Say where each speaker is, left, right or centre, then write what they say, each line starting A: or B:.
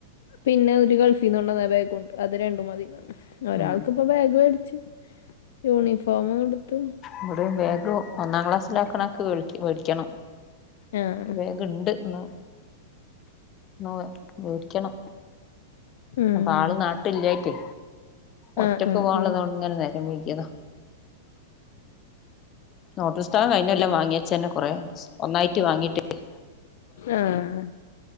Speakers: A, on the left; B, on the left.
A: പിന്നെ ഒരു ഗൾഫീന്നൊട്ന്ന ബേ ബേഗുണ്ട് അത് രണ്ടും മതിന്ന് പറഞ്ഞ് ഒരാൾക്ക്പ്പൊ
B: ഉം
A: ബാഗ് വേടിച്ച് യൂണിഫോമും എട്ത്ത്
B: ഇവിടേം ബേഗ് ഒന്നാം ക്ലാസ്സിലാക്കണാക്ക്‌ വേൾക്ക്‌ വേടിക്കണം
A: ആഹ്
B: ഒരു ബേഗ്ണ്ട് ഒന്ന് ന്ന് വേ വേടിക്കണം
A: ഉം
B: അപ്പ ആള് നാ ട്ടില്ല്യായ്റ്റേ ഒറ്റക്ക്
A: ആഹ് ആഹ്
B: പോവാള്ളതോണ്ട്
A: ആഹ്
B: ഇങ്ങനെ നേരം വെയ്കിയതാ നോട്ടുസ്തകം കഴ്ഞ്ഞൊല്ലം വാങ്ങിയെച്ചെന്നെ കൊറേ ഒന്നായിറ്റ് വാങ്ങിയിട്ടേയ്
A: ആഹ്